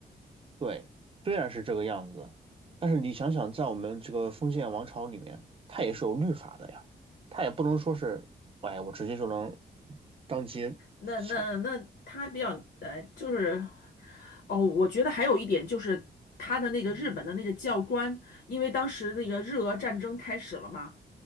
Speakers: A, on the right; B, on the left.
A: 对，虽然是这个样子，但是你想想，在我们这个封建王朝里面，它也是有律法的呀，它也不能说是，哎，我直接就能当街抢。
B: 那那那他比较呃，就是。哦，我觉得还有一点就是他的那个日本的那个教官，因为当时那个日俄战争开始了嘛，